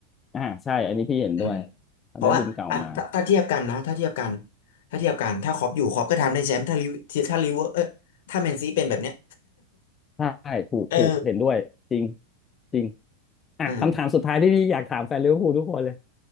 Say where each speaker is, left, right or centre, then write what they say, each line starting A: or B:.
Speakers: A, on the left (about 20°); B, on the left (about 55°).
A: อ่าใช่อันนี้พี่เห็นด้วย
B: อืมเพราะว่าอ่ะถ้าถ้าเทียบกันนะถ้าเทียบกัน
A: ได้บุญเก่ามา
B: ถ้าเทียบกันถ้าคอปอยู่คอปก็ทำได้แชมป์ถ้าลิเวถ้าลิเวอร์เออถ้าแมนซีเป็นแบบเนี้ย
A: ใช่ถูกถูกเห็นด้วยจริง
B: <laughs> เออ
A: จริงอ่ะคำถามสุดท้ายที่พี่อยากถามแฟนลิเวอร์พูลทุกคนเลย
B: อ่า